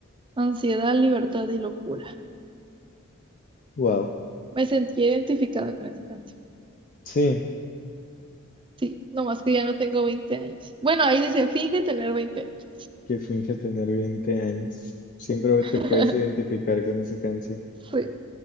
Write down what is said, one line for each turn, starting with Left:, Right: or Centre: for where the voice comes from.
Right: ansiedad, libertad y locura.
Left: Wow.
Right: Me sentí identificada con esa canción.
Left: Sí,
Right: Sí, nomás que ya no tengo veinte años. Bueno, ahí dice, finge tener 20 años.
Left: que finge tener 20 años. Siempre
Right: <laughs>
Left: te puedes identificar con esa canción.
Right: Sí,